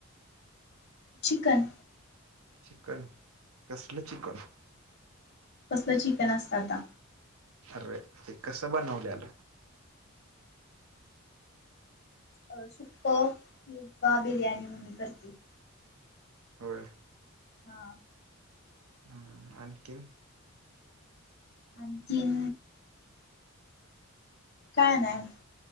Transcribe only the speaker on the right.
चिकन, कसलं चिकन?
अरे ते कसं बनवलेलं?
होय.
हम् आणखीन?